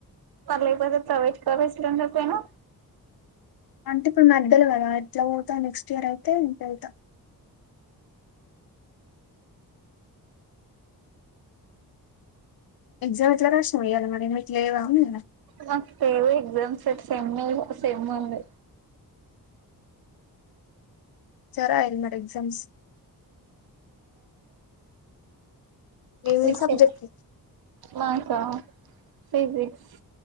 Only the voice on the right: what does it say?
పర్ల ప ప్రవైట్ కసిలంండ పను
మాకు తెేవ ఎగ్జామ్స్ట్ సేమ్ సేమ్ ఉంది
మీకు
సెమ్ మాకా physics